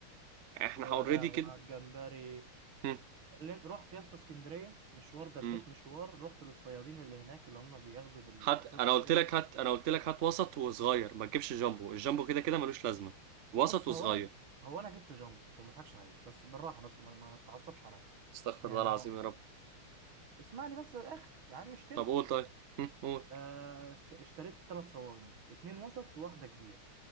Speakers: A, on the right; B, on the right.
A: احنا
B: يا
A: اوريدي
B: لهوي
A: كده
B: على الجمبري
A: هم،
B: كلمت رحت يا اسطى اسكندريه مشوار دبيت
A: هم.
B: مشوار رحت للصيادين اللي هناك اللي هم بياخدوا بالقفصه
A: هات انا قلت
B: كده
A: لك هات انا قلت لك هات وسط وصغير ما تجيبش جامبو الجامبو كده كده ملوش لازمه وسط
B: بص
A: وصغير
B: هو انا هو انا جبت جامبو عشان ما اضحكش عليك بس بالراحه بس ما, ما ما تتعصبش عليا
A: استغفر
B: يعني
A: الله العظيم
B: هو
A: يا رب
B: اسمع لي بس للاخر يا عم اشتري
A: طب قول طيب هم، قول
B: آه، است- اشتريت ثلاث صواني اتنين وسط وواحده كبير